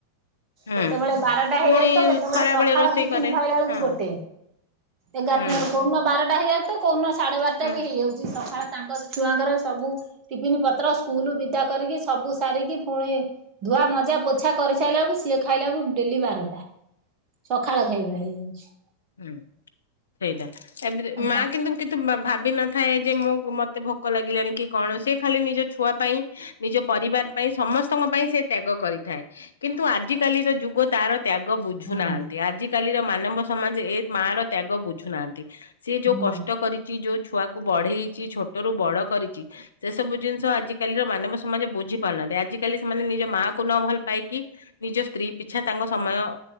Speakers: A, on the left; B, on the right.
A: ହୁଁ
B: କେତେବେଳେ ବାରଟା ହେଇଯାଉ
A: ପୁଣି
B: ତ କେତେବେଳେ
A: ଖରା
B: ସକାଳ
A: ବେଳେ ରୋଷେଇ
B: ଟିଫିନ୍
A: କରେ
B: ଖାଇଲା ବେଳକୁ
A: ହଁ
B: ଗୋଟେ। ଏଗାରଟା
A: ହୁଁ
B: କୋଉନ ବାରଟା ହେଇଯାଉଛି ତ କୋଉନ ସାଢେ ବାରଟା
A: ହୁଁ
B: ବି ହେଇ ଯାଉଛି। ଚି ସକାଳେ ତାଙ୍କ ଛୁଆଙ୍କର ସବୁ ଟିଫିନି ପତ୍ର ସ୍କୁଲୁ <unintelligible> ବିଦା କରିକି ସବୁ ସାରିକି ପୁଣି ଧୁଆ, ମଜା, ପୋଛା କରି ସାଇଲା ବେଳୁକୁ ସିଏ ଖାଇଲାକୁ ଡେଲି ବାରଟା ସକାଳ ଖାଇବା ହେଇଯାଉଛି।
A: ହୁଁ ହେଇଟା ଏମିତି
B: ଅମା
A: ମା କିନ୍ତୁ କିତୁ <unintelligible> ମା ଭାବିନଥାଏ ଯେ ମୁଁ ମତେ ଭୋକ ଲାଗିଲାଣି କି କଣ ସେ ଖାଲି ନିଜ ଛୁଆ ପାଇଁ ନିଜ ପରିବାର ପାଇଁ ସମସ୍ତଙ୍କ ପାଇଁ ସେ ତ୍ୟାଗ କରିଥାଏ। କିନ୍ତୁ ଆଜିକାଲିର ଯୁଗ ତାର ତ୍ୟାଗ ବୁଝୁନାହାନ୍ତି
B: ହଁ
A: ଆଜିକାଲିର ମାନବ ସମାଜ ଏ ମା ର ତ୍ୟାଗ ବୁଝୁନାହାନ୍ତି। ସିଏ ଯୋଉ କଷ୍ଟ
B: ନା
A: କରିଚି ଯୋଉ ଛୁଆକୁ ବଢେଇଚି ଛୋଟରୁୁ ବଡ଼ କରିଚି ଏସବୁ ଜିନିଷ ଆଜିକାଲିର ମାନବ ସମାଜ ବୁଝି ପାରୁନାହାନ୍ତି ଆଜିକାଲି ସେମାନେ ନିଜ ମାଆ କୁ ନଭଲ ପାଇକି ନିଜ ସ୍ତ୍ରୀ ପିଛା ତାଙ୍କ ସମୟ